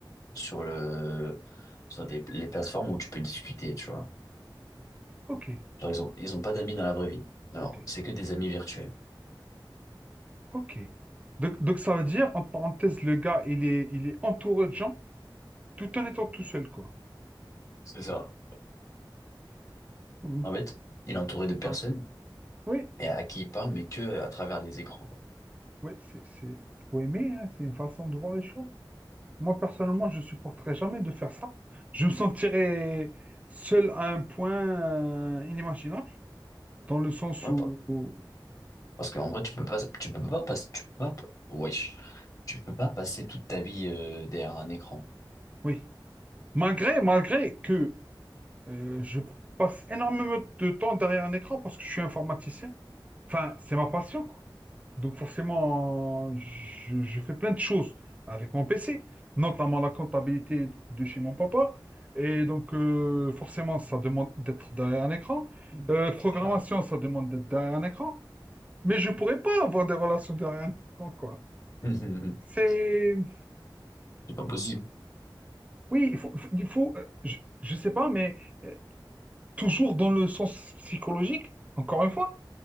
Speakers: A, on the left; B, on the right.
A: sur le, sur des- les plateformes où tu peux discuter, tu vois.
B: Ok,
A: Genre, ils ont, ils ont pas d'amis dans la vraie vie. Alors,
B: ok,
A: c'est que des amis virtuels.
B: ok. Donc, donc ça veut dire, en parenthèse, le gars, il est, il est entouré de gens tout en étant tout seul, quoi.
A: C'est ça.
B: Hmm.
A: En fait, il est entouré de personnes
B: Ah, oui,
A: et à qui il parle, mais que à travers les écrans. quoi.
B: oui, c'est, c'est, faut aimer, hein, c'est une façon de voir les choses. Moi, personnellement, je supporterais jamais de faire ça. Je me sentirais seul à un point euh, inimaginable, dans le sens
A: Ouais,
B: où, où-
A: Parce qu'en vrai, tu peux pas, tu peux pas passer, tu peux pas, wesh, tu peux pas passer toute ta vie euh, derrière un écran,
B: oui. Malgré, malgré que euh, je passe énormément de temps derrière un écran parce que je suis informaticien, enfin, c'est ma passion, quoi. Donc forcément, je, je fais plein de choses avec mon PC, notamment la comptabilité de chez mon papa. Et donc, euh, forcément, ça demande d'être derrière un écran. Euh, programmation,
A: c'est clair.
B: ça demande d'être derrière un écran. Mais je pourrais pas avoir des relations derrière un écran, quoi.
A: <laughs>
B: C'est...
A: C'est pas possible.
B: Oui, il faut... il faut il faut- euh, je, je sais pas, mais... euh, Toujours dans le sens psychologique, encore une fois,